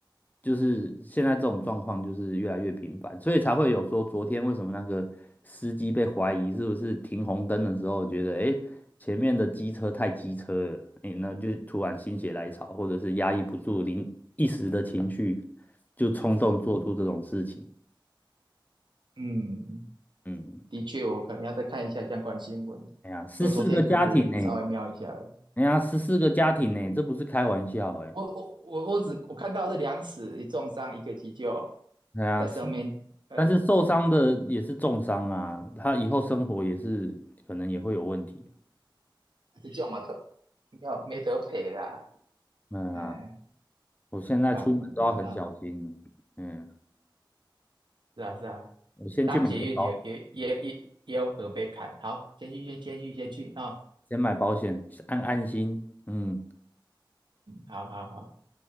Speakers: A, on the left; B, on the right.
A: 就是现在这种状况就是越来越频繁，所以才会有说昨天为什么那个司机被怀疑是不是停红灯的时候觉得诶前面的机车太机车了，诶，那就突然心血来潮，或者是压抑不住临一时的情绪，就冲动做出这种事情。
B: 嗯，
A: 嗯，
B: 的确，我可能要再看一下相关新闻，
A: 哎呀，十四个家庭呢、
B: 我昨天只是稍微瞄一下而已。
A: 哎呀，十四个家庭呢、这不是开玩笑哎、
B: 我我我我只我看到是两死一重伤，一个急救
A: 对啊，
B: 在生命，
A: 是
B: 呃，
A: 但是受伤的也是重伤啊，他以后生活也是可能也会有问题啊。
B: 急救嘛，特没有没得赔啦，
A: 嗯啊
B: 嗯，
A: 我现在出门都要很小心了。
B: 好，没有办法，
A: 嗯，
B: 是啊是啊，
A: 我先去买个保，
B: 搭捷运也也也也也有可能被砍，好，先去先先去先去啊、哦
A: 先买保险，安安心。嗯。
B: 好好好。